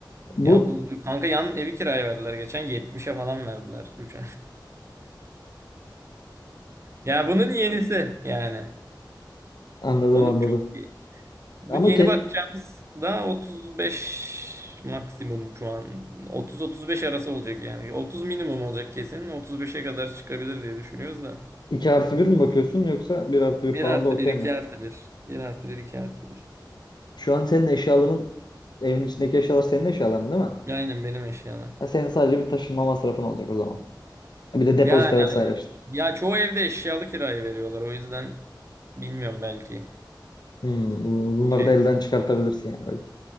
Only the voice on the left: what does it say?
Bu
<laughs> Anladım
anladım.
Ama
ke-
2 artı bir mi bakıyorsun yoksa bir artı 1
falan
da okey
mi?
Şu an senin eşyaların, evin içindeki eşyalar senin eşyaların değil mi?
Ha, senin sadece bir taşınma masrafın olacak o zaman. Bir de depozito
vesaire
işte.
Hmm, bunları
da elden
çıkartabilirsin yani belki.